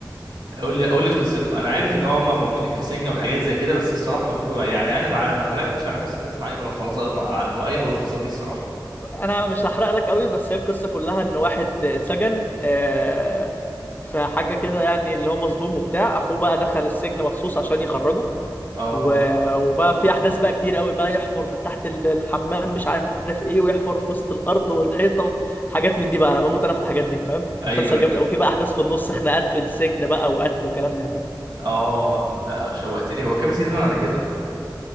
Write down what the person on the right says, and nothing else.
قول لي قول لي قصته انا عارف ان هم موجودين في سجن وحاجات زي كده بس الصراحه ما اتفرج يعني انا مع- ما حرقتش على نفسي الناس مع اي ملخصات مع مع اي ملخصات ليه الصراحه
اه
ايوه
ايوه
اه لا شوقتني هو كام سيزون على كده